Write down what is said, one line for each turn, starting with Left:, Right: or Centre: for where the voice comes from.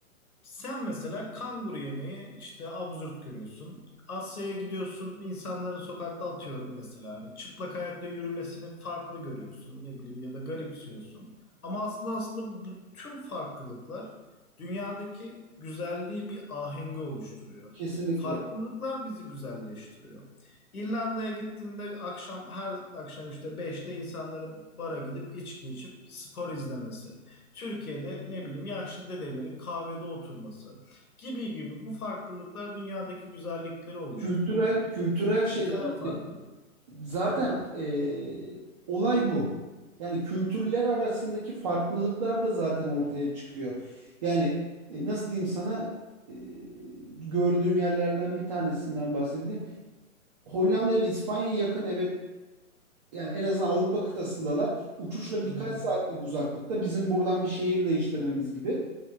Left: Sen mesela kanguru yemeği işte absürt görüyorsun. Asya'ya gidiyorsun, insanların sokakta atıyorum mesela hani çıplak ayakla yürümesini farklı görüyorsun, ne bileyim ya da garipsiyorsun. Ama aslında aslında bütün farklılıklar dünyadaki güzelliği bir ahengi oluşturuyor.
Right: kesinlikle
Left: Farklılıklar bizi güzelleştiriyor. İrlanda'ya gittiğinde akşam her akşam işte beşte insanların bara gidip içki içip spor izlemesi. Türkiye'de ne bileyim yaşlı dedelerin kahvede oturması gibi gibi bu farklılıklar dünyadaki güzellikleri oluşturuyor.
Right: kültürel kültürel
Left: Kültürel
Right: şeyler.
Left: farklılık.
Right: yani Zaten eee, olay bu. Yani kültürler arasındaki farklılıklar da zaten ortaya çıkıyor. Yani e, nasıl diyeyim sana eee, gördüğüm yerlerden bir tanesinden bahsedeyim. Hollanda ile İspanya'ya yakın evet yani en azından Avrupa kıtasındalar. Uçuşla
Left: Hı
Right: birkaç
Left: hı.
Right: saatlik uzaklıkta bizim buradan bir şehir değiştirmemiz gibi.